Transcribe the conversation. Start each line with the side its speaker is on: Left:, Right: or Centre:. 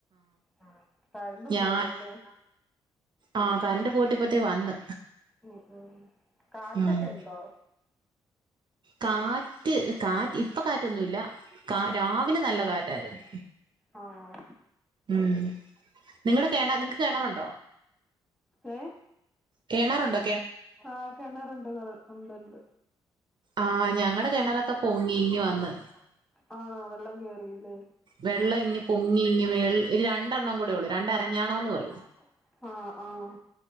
Centre: ആഹ് കരണ്ടും
Right: ഞാൻ
Centre: പോയല്ലേ ആഹ്
Right: ആഹ് കറണ്ട് പോയിട്ട് ഇപ്പത്തെ വന്ന്
Centre: ഉം ഉം കാറ്റൊക്കെ
Right: ഉം
Centre: ഉണ്ടോ
Right: കാറ്റ് കാറ്റ് ഇപ്പ കാറ്റൊന്നുല്ല കാ രാവിലെ നല്ല കാറ്റായിരുന്നു
Centre: ആഹ്
Right: ഉം നിങ്ങള് കേണ നിങ്ങക്ക് കെണറുണ്ടോ
Centre: ഏ
Right: കെണറുണ്ട്
Centre: ആഹ് കെണറുണ്ട് <unintelligible> ഉണ്ട്ണ്ട്
Right: ആഹ് ഞങ്ങടെ കെണറെക്ക പൊങ്ങി ഇങ്ങ്
Centre: പൊങ്ങിപ്പോവാ
Right: വന്ന്
Centre: ആണോ വെള്ളം കേറി ല്ലേ
Right: വെള്ളം ഇങ്ങ് പൊങ്ങി ഇങ്ങ് വെൾ രണ്ടെണ്ണം കൂടെയൊള്ളു രണ്ട് അരഞ്ഞാണോന്ന് പറയും
Centre: ആഹ് ആഹ്